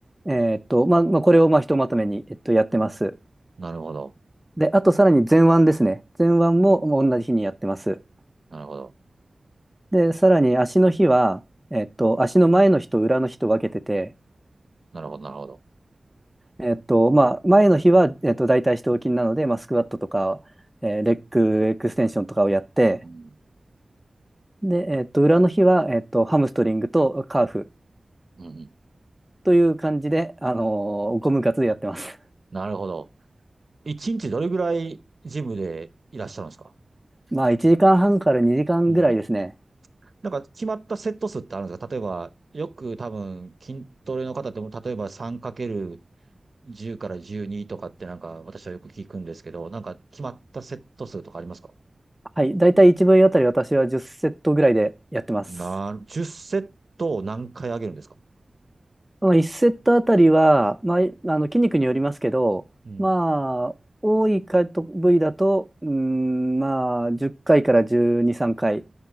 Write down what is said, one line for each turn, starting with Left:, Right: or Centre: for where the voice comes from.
Centre: えっと、まあ、まあ、これを、まあ、ひとまとめに、えっと、やってます。
Right: なるほど。
Centre: で、あと、さらに前腕ですね。前腕もまあ同じ日にやってます。
Right: なるほど。
Centre: で、さらに足の日は、えっと、足の前の日と裏の日と分けてて、
Right: なるほど。なるほど。
Centre: えっと、まあ、前の日は、えっと、大腿四頭筋なので、まあ、スクワットとか、えーレッグエクステンションとかをやって、
Right: うん。
Centre: で、えっと、裏の日は、えっと、ハムストリングとカーフ
Right: うん、うん。
Centre: という感じで、あのーゴム活でやってます。
Right: なるほど。一日どれぐらいジムでいらっしゃるんですか
Centre: <laughs> まあ、1時間半から2時間ぐらいですね。
Right: うん。なんか決まったセット数ってあるんですか例えば、よく多分筋トレの方でも、例えば 3×10 かけるじゅうから12とかってなんか私はよく聞くんですけど、なんか決まったセット数とかありますか
Centre: はい。だいたい1部位あたり私は10セットぐらいでやってます。
Right: な、10セットを何回上げるんですか
Centre: まあ、1セットあたりは、まあ、あの筋肉によりますけど、
Right: うん。
Centre: まあ、多いかと部位だと、うーん、まあ、10回かいから12、3回。